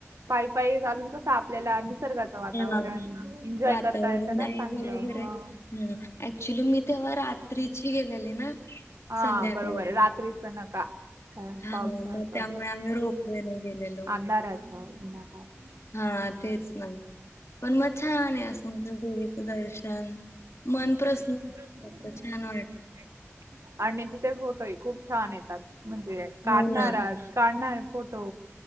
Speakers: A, on the right (about 70°); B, on the left (about 65°).
A: पाय पाय घालून तस आपल्याला निसर्गाचं वातावरण
B: हा
A: एन्जॉय
B: वातावरण
A: करत य ना
B: नाही
A: चांगलं
B: बरोबर
A: ह
B: आहे. ह ऍक्च्युली मी तेव्हा रात्रीची गेलेली ना
A: हा
B: संध्याकाळची
A: बरोबर आहे रात्रीच नका का
B: हा
A: पावसा
B: मग
A: पा
B: त्यामुळे आम्ही रोपवे न गेलेलो
A: अंधाराचा विनाकारण
B: हा तेच नाही पण मग छान आहे असं म्ह देवीचं दर्शन मन प्रसन्न
A: ना
B: होत छान वाट
A: आणि तिथे फोटोही खूप छान येतात म्हणजे काढणार
B: हो ना
A: काढणार फोटो